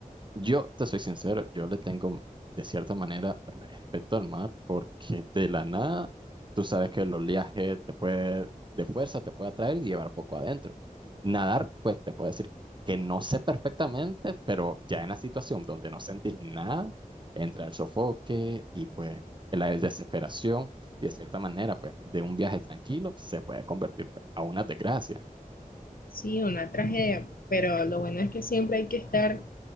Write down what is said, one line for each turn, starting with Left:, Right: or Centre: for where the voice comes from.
Right: Yo te soy sincero, yo le tengo de cierta manera respeto al mar porque de la nada tú sabes que el oleaje te puede, de fuerza te puede atraer y llevar poco adentro. Nadar, pues te puedo decir que no sé perfectamente, pero ya en la situación donde no sentís nada, entra el sofoque y pues la desesperación y de cierta manera, pues de un viaje tranquilo se puede convertir pues, a una desgracia.
Left: sí, una tragedia. Pero lo bueno es que siempre hay que estar